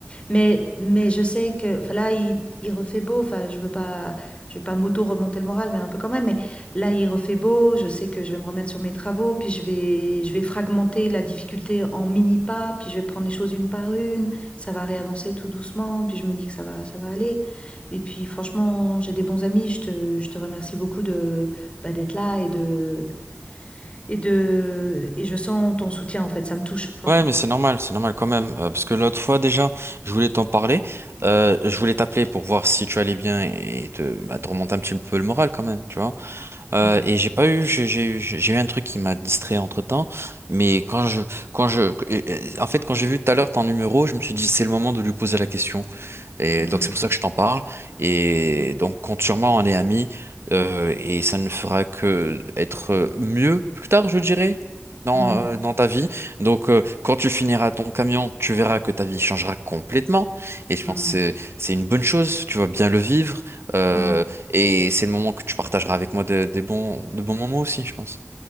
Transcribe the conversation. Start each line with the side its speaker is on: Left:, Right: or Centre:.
Left: Mais, mais je sais que enfin, là, il, il refait beau. Enfin, je veux pas, je veux pas m'auto-remonter le moral, mais un peu quand même. Mais là, il refait beau. Je sais que je vais me remettre sur mes travaux. Puis je vais, je vais fragmenter la difficulté en mini pas. Puis je vais prendre les choses une par une. Ça va réavancer tout doucement. Puis je me dis que ça va, ça va aller. Et puis, franchement, j'ai des bons amis. Je te, je te remercie beaucoup de, bah, d'être là et de, et de, et je sens ton soutien en fait. Ça me touche, franchement.
Right: Ouais, mais c'est normal, c'est normal quand même. euh, parce que l'autre fois déjà, je voulais t'en parler. euh, je voulais t'appeler pour voir si tu allais bien et te, bah, te remonter un petit peu le moral quand même, tu vois. Euh,
Left: Mm.
Right: et j'ai pas eu, j'ai j'ai eu, j'ai eu un truc qui m'a distrait entre-temps. Mais quand je, quand je, et- et- en fait, quand j'ai vu tout à l'heure ton numéro, je me suis dit c'est le moment de lui poser la question. Et
Left: Mhm,
Right: donc c'est pour ça que je t'en parle. Et
Left: mhm,
Right: donc compte sur moi, on est amis. euh, et ça ne fera que être mieux plus tard, je dirais, dans,
Left: mhm,
Right: euh, dans ta vie. Donc euh, quand tu finiras ton camion, tu verras que ta vie changera complètement. Et je
Left: mhm,
Right: pense que c'est c'est une bonne chose, tu vas bien le vivre. euh,
Left: mhm.
Right: et c'est le moment que tu partageras avec moi des des bons, de bons moments aussi, je pense.